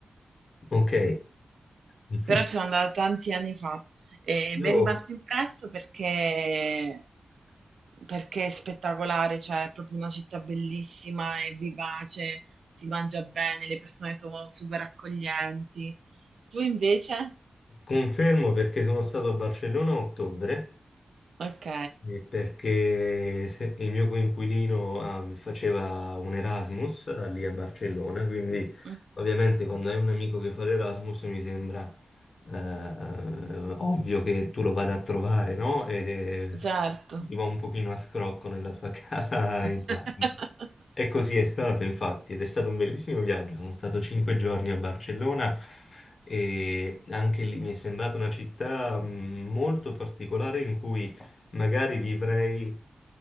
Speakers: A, on the left; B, on the right.
A: Ok. <laughs>
B: Però ci sono andata tanti anni fa e mi
A: Io
B: è rimasto impresso perché, perché è spettacolare, cioè è proprio una città bellissima, è vivace, si mangia bene, le persone sono super accoglienti. Tu invece?
A: confermo perché sono stato a Barcellona a ottobre
B: Ok,
A: Eh, perché se- il mio coinquilino ah, faceva un Erasmus ah, lì a Barcellona, quindi
B: Mm,
A: ovviamente quando hai un amico che fa l'Erasmus mi sembra eh, ovvio che tu lo vada a trovare, no? E eh,
B: certo.
A: gli va un pochino a scrocco nella tua <laughs> casa.
B: <laughs>
A: in Erasmus. E così è stato, infatti, ed è stato un bellissimo viaggio. Sono stato cinque giorni a Barcellona e anche lì mi è sembrata una città mh, molto particolare in cui Magari vivrei